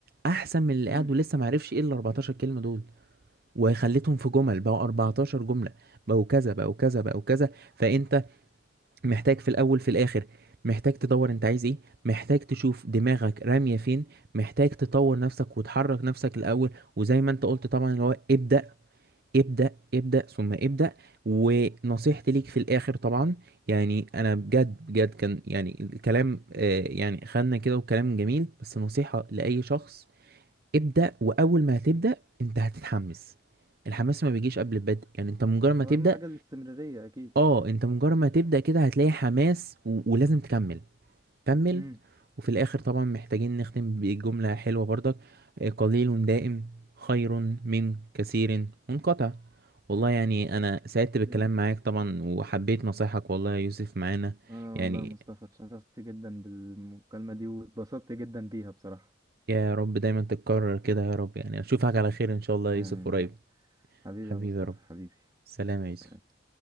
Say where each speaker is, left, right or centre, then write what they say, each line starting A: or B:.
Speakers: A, on the right; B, on the right.
A: أحسن من اللي
B: مم.
A: قاعد ولسه معرفش إيه الأربعتاشر كلمة دول وخليتهم في جمل بقوا أربعتاشر جملة بقوا كذا بقوا كذا بقوا كذا فأنت محتاج في الأول في الآخر محتاج تدوّر أنت عايز إيه، محتاج تشوف دماغك رامية فين، محتاج تطوّر نفسك وتحرّك نفسك الأول، وزي ما أنت قُلت طبعًا اللي هو ابدأ، ابدأ، ابدأ، ثم ابدأ، ونصيحتي ليك في الآخر طبعًا يعني أنا بجد، بجد كان يعني الكلام آآ يعني خدنا كده وكلام جميل، بس نصيحة لأي شخص ابدأ وأول ما هتبدأ أنت هتتحمّس، الحماس ما بيجيش قبل البدء، يعني أنت مجرّد ما
B: واهم
A: تبدأ
B: حاجة الاستمرارية اكيد
A: اه انت مجرد ما تبدأ كده هتلاقي حماس و... ولازم تكمل كمل
B: مم.
A: وفي الاخر طبعا محتاجين نختم بجملة حلوة برضك آه، قليل دائم خير من كثير منقطع والله يعني انا سعدت بالكلام
B: اكيد
A: معاك طبعا وحبيت نصايحك والله يا يوسف معانا
B: انا
A: يعني
B: والله يا مصطفى اتشرفت جدا بالمكالمة دي واتبسطت جدا بيها بصراحة
A: يا رب دايما تتكرر كده يا رب يعني اشوفك على خير ان شاء الله يا
B: امين
A: يوسف قريب
B: يا رب حبيبي
A: حبيبي
B: يا مصطفى
A: يا رب
B: حبيبي
A: سلام يا
B: سلام
A: يوسف